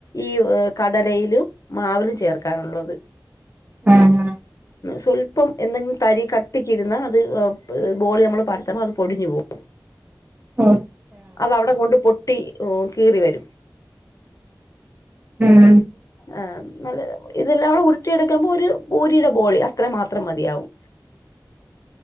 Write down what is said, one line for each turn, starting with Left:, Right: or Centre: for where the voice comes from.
Left: ഈ വ് കടലയിലും മാവിലും ചേർക്കാനൊള്ളത്.
Right: ആഹ്
Left: സ്വല്പം എന്തെങ്കിലും തരി കട്ടിക്കിരുന്നാ അത് ബ് ബോളി നമ്മള് പരത്ത്മ്പോ അത് പൊടിഞ്ഞു പോവും.
Right: ആഹ്
Left: അത് അവിടം കൊണ്ട് പൊട്- ട്ടി ഓ കീറി വരും
Right: ഉം
Left: ആഹ് നല്ലേ ഇതെല്ലാടേ ഉരുട്ടിയെടുക്കുമ്പോ ഒരു ബൂരിയുടെ ബോളി അത്രേ മാത്രം മതിയാവും.